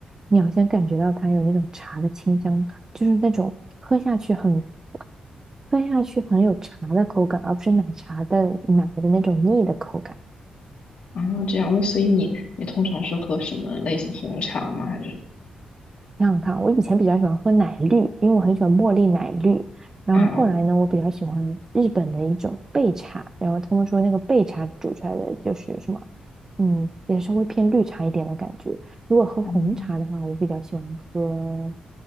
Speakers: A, on the right; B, on the left.
A: 你好像感觉到它有那种茶的清香，就是那种喝下去很喝下去很有茶的口感，而不是奶茶的奶的那种腻的口感。
B: 啊，这样，那所以你你通常是喝什么类型红茶吗？还是
A: 想想看，我以前比较喜欢喝奶绿，因为我很喜欢茉莉奶绿。然后后来呢，
B: 嗯嗯
A: 我比较喜欢日本的一种焙茶，然后他们说那个焙茶煮出来的就是什么，嗯，也稍微偏绿茶一点的感觉。如果喝红茶的话，
B: 嗯，
A: 我比较喜欢喝